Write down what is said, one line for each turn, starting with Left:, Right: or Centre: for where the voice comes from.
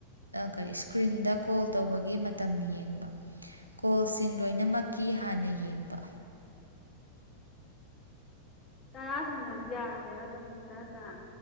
Right: ꯀꯔꯤ ꯏꯁꯀ꯭ꯔꯤꯟꯗ ꯀꯣꯜ ꯇꯧꯕꯒꯤ ꯃꯇꯝ ꯌꯦꯡꯕ ꯀꯣꯜꯁꯤꯡ ꯂꯣꯏꯅꯃꯛꯀꯤ ꯍꯥꯟꯅ ꯌꯦꯡꯕ
Left: ꯇꯔꯥ ꯁꯥꯟꯅꯗꯤ ꯌꯥꯕ꯭ꯔꯥ ꯅꯠꯇꯔꯥ ꯃꯤꯅꯤꯠ ꯇꯔꯥ - ꯇꯔꯥ꯫